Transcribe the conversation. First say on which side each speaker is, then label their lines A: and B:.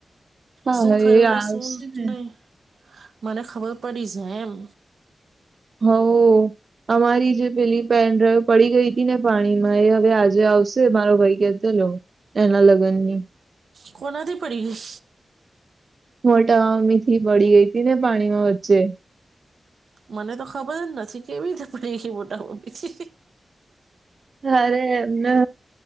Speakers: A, on the right (about 55°); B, on the right (about 80°).
A: હા
B: શું
A: હા
B: થયું
A: એ આવશે
B: ને, શું
A: ને
B: નય, મને ખબર પડી જાય એમ.
A: હ. અમારી જે પેલી પેનડ્રાઈવ પડી ગઈ હતી ને, પાણીમાં એ હવે આજે આવશે, મારો ભાઈ કેતો એના લગ્નની
B: કોનાથી પડી ગઈ.
A: મોટામમ્મીથી પડી ગઈ હતી ને, પાણીમાં વચ્ચે
B: મને તો ખબર જ નથી, કેવી રીતે પડી ગઈ, મોટામમ્મીથી.
A: અરે એમને